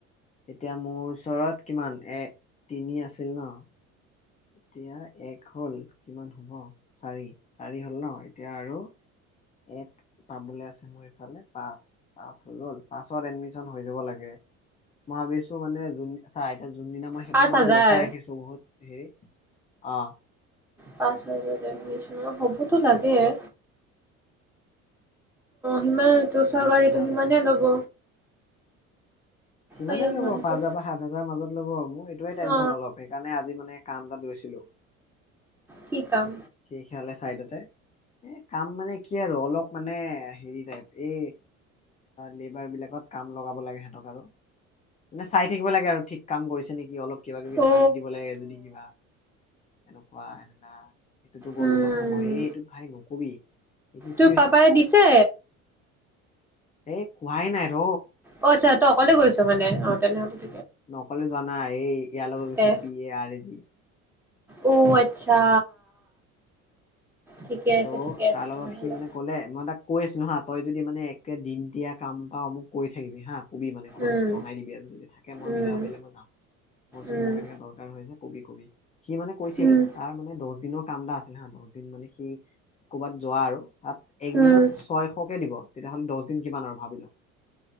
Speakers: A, on the left; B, in the centre.
A: তে এতিয়া মোৰ ওচৰত কিমান এ তিনি আছিল ন, এতিয়া এক হ'ল কিমান হ'ব চাৰি চাৰি হ'ল ন, এতিয়া আৰু এক পাবলৈ আছে, মোৰ ইফালে পাঁচ পাঁচ হৈ গ'ল পাছত এডমিশন হৈ যাব লাগে মই ভাবিছো মানে য চাৰ যোনদিনা মই
B: পাঁচ
A: মই মানে
B: হাজাৰ
A: বচাই ৰাখিচু বহুত হৰি অ
B: পাঁচজাৰছ ন, হ'বতো লাগে অ সিমানটো
A: হলেতো
B: চৰকাৰীটো
A: ভাল
B: সিমানে লব
A: সিমানেই
B: আয়া
A: ল'ব
B: মাথাটো
A: পাঁচ হাজাৰ বা সাত হাজাৰ মাজত লব। সেইয়ে টেনচন
B: অ
A: অলপ সেইকাৰণে আজি মানে কামটাত গৈছিলো।
B: কি কাম?
A: সেইে হলে চাইডতে এ, কাম মানে কি আৰু অলপ মানে হেৰি টাইপ, এই লেবাৰ বিলাকত কাম লগাব লাগে সিহঁতক আৰু, মানে চাই থাকিব লাগে আৰু ঠিক কাম কৰিছে নেকি অলপ কিবা কিবি
B: অ
A: আনি দিব লাগে যদি কিবা এলুৱোৱা এনেকা। টাতো গ'ল
B: উম
A: অলপ সময়, এই এইটো ভাই নকবি এইটোত
B: তোৰ
A: কি
B: পাপাই দিছে?
A: এ কোৱাই নাই ৰ
B: অ আচ্ছা, তই অকলে গৈছ মানে অ? তেনে <unintelligible>
A: অকলে জোৱা নায়, এই ইয়া লগত গৈছো
B: দে
A: পি এ আৰ এ যি।
B: অ আচ্ছা। ঠিকে আছে
A: ত'
B: ঠিকে আছে
A: তাৰ লগত
B: তেনেহ'লে
A: সি মানে কলে, মই তাক কৈ আছিলো হা তই যদি মানে কৈ দিন দিয়া কাম বা মোক কৰি থাকিবি হাঁ <unintelligible> কবি মানে, ক'ৰবাত
B: উম
A: জনাই দিবি আৰু যদি থাকে, মই
B: উম
A: মিলাব পাইলে মই যাম, ম ছাগে
B: উম
A: মোক এনেকে দৰকাৰ হৈছে কবি কবি সি মানে কৈছিল
B: উম
A: তাৰ মানে দহ দিনৰ কাম দা আছিলে হা, দহ দিন মানে সি কৰ'বাত যোৱা আৰু তাত একদিনত
B: উম
A: ছয়কে দিব তেতিয়াহ'লে দহ দিন কিমান আৰু ভাবি ল